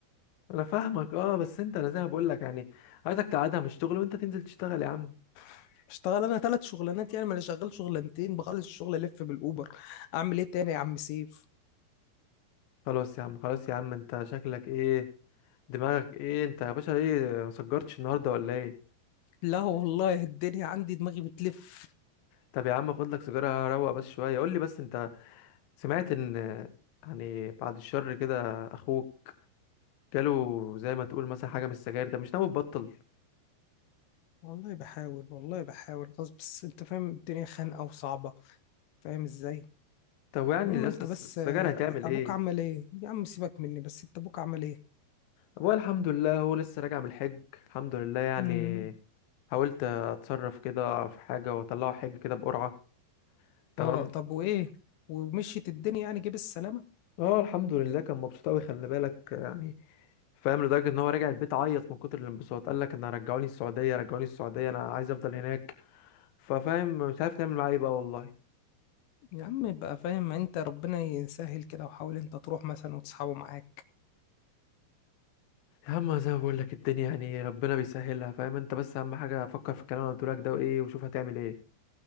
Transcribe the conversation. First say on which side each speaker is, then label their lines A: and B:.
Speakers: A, on the left; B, on the left.
A: انا فاهمك اه بس انت انا زي ما بقول لك يعني عايزك تقعدها من الشغل وانت تنزل تشتغل يا عم
B: <laughs> اشتغل انا ثلاث شغلانات يعني ما انا شغال شغلانتين بخلص الشغل الف بالاوبر اعمل ايه تاني يا عم سيف
A: خلاص يا عم خلاص يا عم انت شكلك ايه دماغك ايه انت يا باشا ايه مسجرتش النهارده ولا ايه
B: لا والله الدنيا عندي دماغي بتلف
A: طب يا عم خد لك سيجارة روق بس شوية قول لي بس انت سمعت ان يعني بعد الشر كده اخوك جاله زي ما تقول مثلا حاجه من السجاير ده مش ناوي تبطل
B: والله بحاول والله بحاول خلاص بس انت فاهم الدنيا خانقه وصعبه فاهم ازاي
A: طب يعني
B: المهم
A: لسه
B: انت
A: الس-
B: بس
A: السجاير
B: آه،
A: هتعمل
B: ابوك
A: ايه
B: عمل ايه يا عم سيبك مني بس انت ابوك عمل ايه
A: ابويا الحمد لله هو لسه راجع من الحج الحمد لله يعني
B: مم.
A: حاولت اتصرف كده في حاجه واطلعه حج كده بقرعه تمام
B: اه طب وايه ومشيت الدنيا يعني جيب السلامة
A: اه الحمد لله كان مبسوط قوي خلي بالك يعني فاهم لدرجه ان هو راجع البيت عيط من كتر الانبساط قال لك انا رجعوني السعوديه رجعوني السعوديه انا عايز افضل هناك ففاهم مش عارف نعمل معاه ايه بقى والله
B: يا عم يبقى فاهم انت ربنا يسهل كده وحاول انت تروح مثلا وتسحبه معاك
A: اما زي ما بقول لك الدنيا يعني ربنا بيسهلها فاهم انت بس اهم حاجه فكر في الكلام اللي قلت لك ده وايه وشوف هتعمل ايه